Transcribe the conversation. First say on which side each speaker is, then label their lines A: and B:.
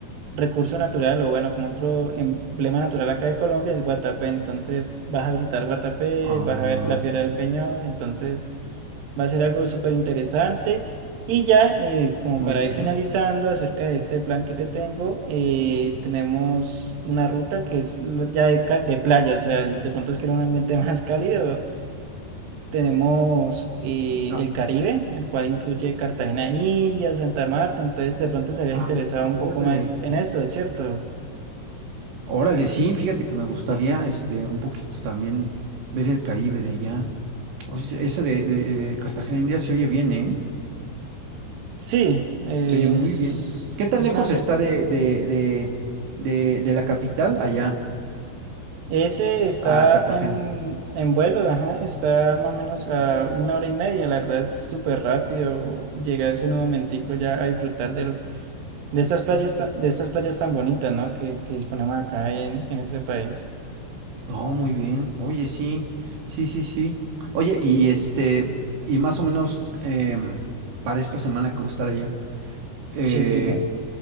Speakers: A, on the right; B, on the right.
A: recurso natural o bueno, como otro emblema natural acá de Colombia es Guatapé, entonces vas a visitar Guatapé,
B: ah,
A: vas a ver la Piedra del Peñol, entonces Va a ser algo súper interesante. Y ya, eh, como
B: muy
A: para
B: bien.
A: ir finalizando acerca de este plan que te tengo, eh, tenemos una ruta que es la- ya de, ca- de playa, o sea, y de pronto es que era un ambiente <laughs> más cálido. Tenemos eh,
B: Ah,
A: el Caribe, el cual incluye Cartagena, India, Santa Marta, entonces de pronto estarías
B: ah,
A: interesado un
B: órale,
A: poco más en esto, ¿cierto?
B: órale, sí, fíjate que me gustaría, este, un poquito también ver el Caribe de allá. O sea, ese de, de- de Cartagena India se oye bien, ¿eh?
A: Sí, es,
B: Se oye muy bien. ¿Qué tan
A: es
B: lejos
A: una ciudad.
B: está de, de, de, de, de la capital allá?
A: Ese está
B: A Cartagena.
A: en, en vuelo, ajá, está más o menos a una hora y media, la verdad es súper rápido llegar ese nuevo momentico ya a disfrutar de lo, de estas playas, ta- de estas playas tan bonitas, ¿no? Que, que disponemos acá en, en este país.
B: No, muy bien. Oye, sí, sí, sí, sí. Oye, y este, y más o menos em, para esta semana que voy a estar allá, eh,
A: Sí, dime.